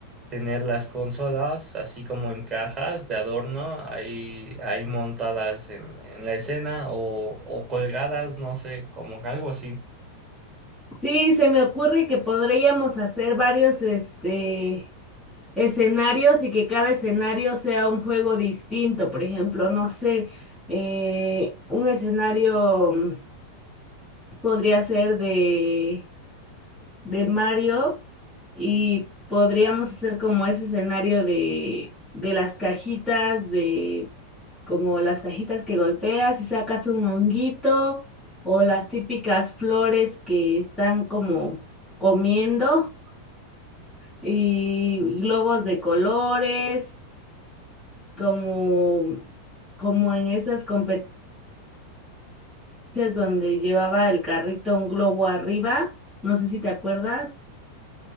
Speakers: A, on the right; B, in the centre.
A: tener las consolas así como en cajas de adorno, ahí, ahí montadas en, en la escena o, o colgadas, no sé, como algo así.
B: Sí, se me ocurre que podríamos hacer varios, este, escenarios y que cada escenario sea un juego distinto. Por ejemplo, no sé, eh, un escenario mm, podría ser de de Mario y podríamos hacer como ese escenario de, de las cajitas, de como las cajitas que golpeas y sacas un honguito o las típicas flores que están como comiendo y globos de colores, como, como en esas competencias donde llevaba el carrito un globo arriba, no sé si te acuerdas.